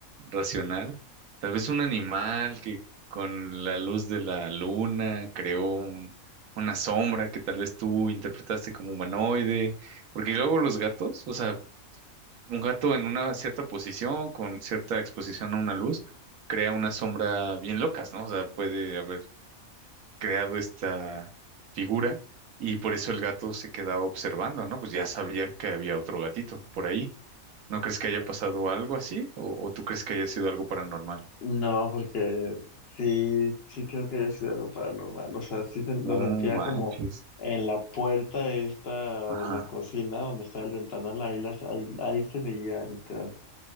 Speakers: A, on the right; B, on the left.
A: racional. Tal vez un animal que con la luz de la luna creó un- una sombra que tal vez tú interpretaste como humanoide, porque luego los gatos, o sea, un gato en una cierta posición, con cierta exposición a una luz, crea unas sombras bien locas, ¿no? O sea, puede haber creado esta figura y por eso el gato se quedaba observando, ¿no? Pues ya sabía que había otro gatito por ahí. ¿No crees que haya pasado algo así? ¿O, o tú crees que haya sido algo paranormal?
B: No, porque sí, sí creo que haya sido algo paranormal. O sea, sí sen-
A: No
B: lo sentía
A: manches.
B: como en la puerta esta de
A: Ajá.
B: la cocina, donde está el ventanal, ahí, las, ahí, ahí se veía literal.